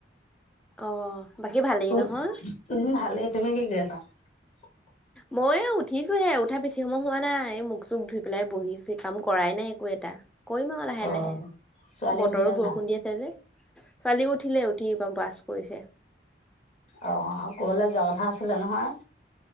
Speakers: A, in the centre; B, on the left.
A: অ। বাকী ভালেই
B: উ,
A: নহয়?
B: উম ভালেই। তুমি কি কৰি আছা? <unintelligible>
A: মইওঁ উঠিছোহে, উঠা বেছি সময় হোৱা নাই। মুখ চুখ ধুই পেলাই বহিছো কাম কৰাই নাই একো এটা। কৰিম আৰু লাহে
B: অ
A: লাহে
B: ছোৱালী
A: বতৰো
B: উঠিলে
A: বৰষুণ
B: নাই
A: দি আছে যে। ছোৱালী উঠিলে, উঠি বা বাছ কৰিছে।
B: অ ক'বালে যাব হা আছিলে নহয়।